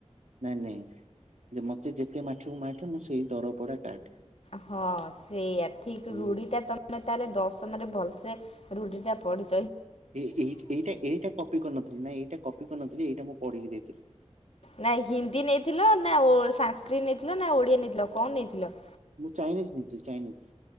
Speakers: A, on the right; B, on the left.
A: ନାଇଁ ଯେ ମତେ ଯେତେ ମାଠ ଠିବୁ ମାଠେ ମୁଁ ସେଇ ଦରପଡ଼ା କାଠେ।
B: ହଁ ସେଇଆ ଠିକ
A: ହୁଁ
B: ରୁଢି ଟା ତମେ ତ ତାହେଲେ ଦଶମରେ ଭଲସେ ରୁଢି ଟା ପଡି
A: ଏ ଏଇଟା ଏଇଟା କପି କରିନଥିଲ ନା ଏଇଟା କପି କରିନଥିଲି ଏଇଟା ମୁଁ ପଢିକି ଦେଇଥିଲି।
B: ନା ହିନ୍ଦୀ ନେଇଥିଲ ନା ଓ ସଂଶକ୍ରୀଟ ନେଇଥିଲ ନା ଓଡିଆ ନେଇଥିଲ କଣ ନେଇଥିଲ?
A: ମୁଁ ଚାଇନିଜ ନେଇଥିଲି ଚାଇନିଜ